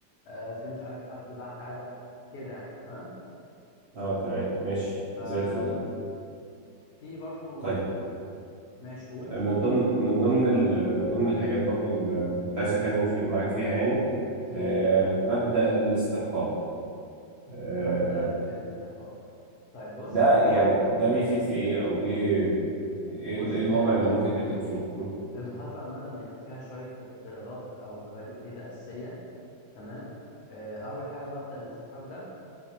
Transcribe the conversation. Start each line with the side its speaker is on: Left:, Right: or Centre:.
Left: آه في مش عارف حد باع حاجه كده يعني تمام
Right: اه تمام ماشي
Left: ففي
Right: زي الفل
Left: برضه
Right: طيب
Left: آه، ماشي قول
Right: آه، من ضمن من ضمن ال- من ضمن الحاجات برضو اللي كنت عايز اتكلم في معاك فيها يعني
Left: مم.
Right: آه مبدأ الاستحقاق آه
Left: مبدأ الاستحقاق طيب بص
Right: ده يعني ده بيفيد في ايه او ايه ايه
Left: بص
Right: ال- إيه
Left: هي
Right: الوضع اللي ممكن نحتاجه فيه مم.
Left: المحاسبة عامة بيبقى فيها شوية افتراضات أو مبادئ كده أساسية تمام آه، أول حاجة مبدأ الاستحقاق ده